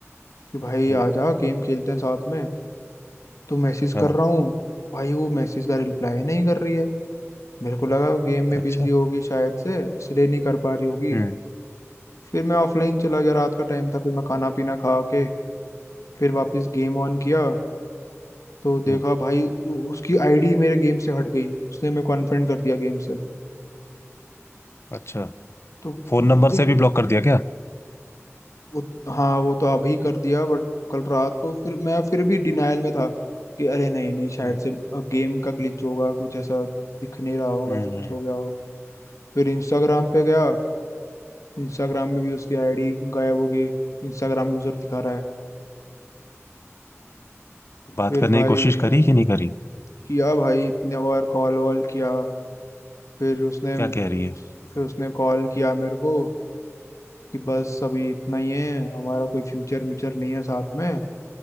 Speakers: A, on the left (about 85°); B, on the left (about 55°).
A: कि भाई
B: हम्म
A: आ जा गेम खेलते हैं साथ में तो मैसेज
B: हाँ
A: कर रहा हूँ भाई वो मैसेज का रिप्लाई नहीं कर रही है मेरे को लगा वो गेम में
B: अच्छा
A: बिजी होगी शायद से इसलिए नहीं कर पा रही होगी
B: हम्म
A: फिर मैं ऑफलाइन चला गया रात का टाइम था फिर मैं खाना पीना खा के फिर वापस गेम ऑन किया तो देखा
B: हम्म
A: भाई उ- उसकी आईडी मेरे गेम से हट गई उसने मेरे को अनफ्रेंड कर दिया गेम से
B: अच्छा
A: तो
B: फोन
A: मुझे
B: नंबर से भी ब्लॉक कर दिया क्या
A: उत, हाँ वो तो अभी कर दिया बट कल रात को फिर मैं फिर भी डिनायल में था कि अरे नहीं नहीं शायद
B: हम्म
A: से अब गेम का ग्लिच होगा कुछ ऐसा दिख नहीं रहा होगा
B: हम्म
A: ऐसा कुछ
B: हम्म।
A: हो गया होगा फिर इंस्टाग्राम पे गया इंस्टाग्राम में भी उसकी आईडी गायब हो गई इंस्टाग्राम यूजर दिखा रहा है
B: बात
A: फिर
B: करने
A: भाई
B: की कोशिश करी कि नहीं करी
A: किया भाई इतने बार कॉल वॉल किया फिर उसने
B: क्या कह रही है
A: फिर उसने कॉल किया मेरे को कि बस अभी इतना ही है हमारा कोई फ्यूचर व्यूचर नहीं है साथ में